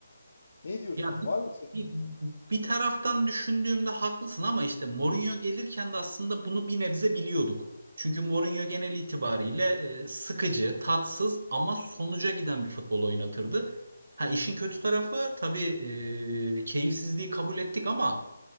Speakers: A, on the left (about 55°); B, on the right (about 60°).
A: Ne diyorsun?
B: Ya bir,
A: Var mı senin?
B: bir, bir taraftan düşündüğümde haklısın ama işte Mourinho gelirken de aslında bunu bir nebze biliyorduk. Çünkü Mourinho genel itibariyle e, sıkıcı, tatsız ama sonuca giden bir futbol oynatırdı. Ha işin kötü tarafı tabii e, keyifsizliği kabul ettik ama